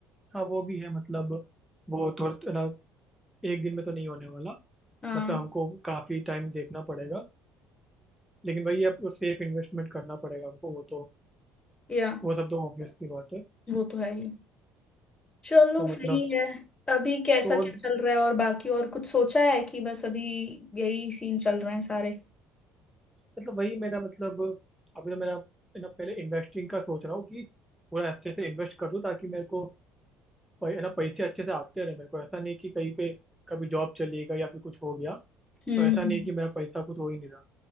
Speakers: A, in the centre; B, on the left (about 25°).
A: हाँ वो भी है मतलब वो थोड़ा ना एक दिन में तो नहीं होने वाला
B: हाँ
A: मतलब हमको काफी टाइम देखना पड़ेगा लेकिन भाई अब सेफ इन्वेस्टमेंट करना पड़ेगा हमको वो तो
B: या
A: वो सब तो ऑब्वियस सी बात है
B: वो तो है ही चलो
A: तो
B: सही
A: मतलब
B: है अभी कैसा
A: तो
B: क्या
A: और
B: चल रहा है और बाकी और कुछ सोचा है कि बस अभी यही सीन चल रहे हैं सारे
A: मतलब वही मेरा मतलब अभी तो मेरा है ना पहले इन्वेस्टिंग का सोच रहा हूँ कि पूरा अच्छे से इन्वेस्ट कर दूँ ताकि मेरे को पै- है ना पैसे अच्छे से आते रहे मेरे को ऐसा नहीं कि कहीं पे कभी जॉब चली गई या फिर कुछ हो गया
B: हम्म
A: तो ऐसा नहीं कि मेरा पैसा कुछ हो ही नहीं रहा